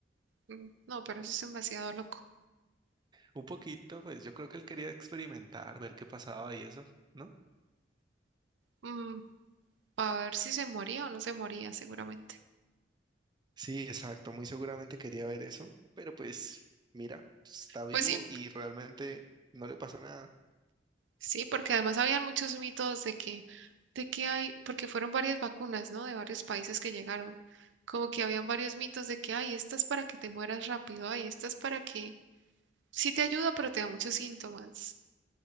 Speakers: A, on the right (about 85°); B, on the right (about 25°).
A: Mm, No, pero eso es demasiado loco.
B: Un poquito, pues yo creo que él quería experimentar, ver qué pasaba y eso, ¿no?
A: Mm, para ver si se moría o no se moría seguramente.
B: Sí, exacto, muy seguramente quería ver eso, pero pues mira, está vivo
A: Pues sí,
B: y realmente no le pasó nada.
A: sí, porque además habían muchos mitos de que, de que hay, porque fueron varias vacunas, ¿no? De varios países que llegaron. Como que habían varios mitos de que, ay, esta es para que te mueras rápido, ay, esta es para que sí te ayuda, pero te da muchos síntomas.